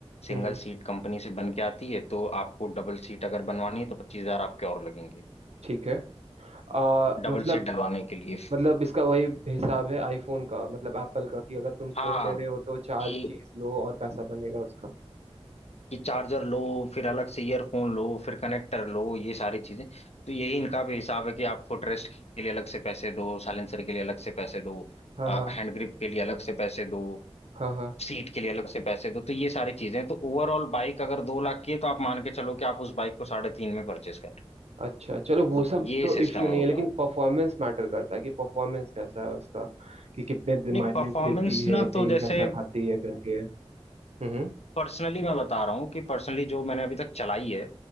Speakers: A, on the left; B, on the right.
A: सिंगल
B: हम्म,
A: सीट कंपनी से बन के आती है तो आपको डबल सीट अगर बनवानी है तो पच्चीस हजार आपके और लगेंगे
B: ठीक है आ,
A: डबल
B: मतलब
A: सीट डलवाने के लिए
B: मतलब इसका वही हिसाब है आईफोन का मतलब एप्पल का कि अगर तुम
A: हाँ
B: फोन ले रहे हो तो चार
A: कि
B: चीज लो और पैसा बनेगा उसका
A: कि चार्जर लो फिर अलग से ईयरफोन लो फिर कनेक्टर लो ये सारी चीजें तो यही इनका भी हिसाब है कि आप फुटरेस्ट के लिए अलग से पैसे दो साइलेंसर के लिए अलग से पैसे दो
B: हाँ हाँ
A: हैंड ग्रिप के लिए अलग से पैसे दो
B: हाँ हाँ
A: सीट के लिए अलग से पैसे दो तो ये सारी चीजें तो ओवरऑल बाइक अगर दो लाख की है तो आप मान के चलो कि आप उस बाइक को साढ़े तीन में परचेस कर रहे
B: अच्छा चलो
A: हो।
B: वो
A: मतलब
B: सब
A: ये
B: तो
A: सिस्टम
B: इश्यू
A: है
B: नहीं
A: उनका
B: है लेकिन परफॉर्मेंस मैटर करता है कि परफॉर्मेंस कैसा है उसका कि कितने
A: नहीं
B: माइलेज
A: परफॉर्मेंस
B: देती है
A: ना तो
B: तेल
A: जैसे
B: कैसा खाती है करके हम्म
A: पर्सनली मैं बता रहा हूँ कि पर्सनली जो मैंने अभी तक चलाई है